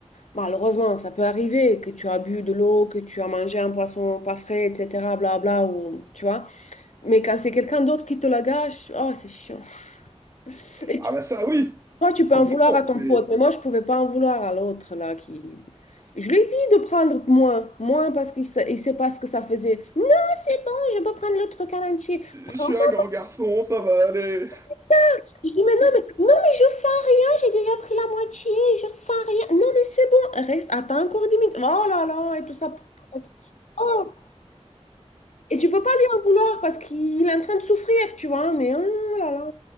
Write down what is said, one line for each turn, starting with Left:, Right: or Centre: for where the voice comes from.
Left: Malheureusement, ça peut arriver que tu as bu de l'eau, que tu as mangé un poisson pas frais, etc. Blabla, ou, tu vois. Mais quand c'est quelqu'un d'autre qui te la gâche, oh, c'est chiant. <laughs> Et
Right: Ah
Left: tu-
Right: bah ça, oui,
Left: toi, tu peux
Right: complètement.
Left: en vouloir à
Right: C'est,
Left: ton pote, mais moi, je pouvais pas en vouloir à l'autre, là, qui... Je lui ai dit de prendre moins, moins parce qu'il sait, il sait pas ce que ça faisait. Non, c'est bon, je peux prendre le truc à l'entier.
Right: je
Left: Prends
Right: suis
Left: pas
Right: un grand garçon, ça va aller.
Left: ça. Je dis, mais non, mais, non, mais je sens rien, j'ai déjà pris la moitié, je sens rien. Non, mais c'est bon, reste, attends encore 10 minutes. Oh là là, et tout ça. Oh. Et tu peux pas lui en vouloir parce qu'il est en train de souffrir, tu vois. Mais oh là là.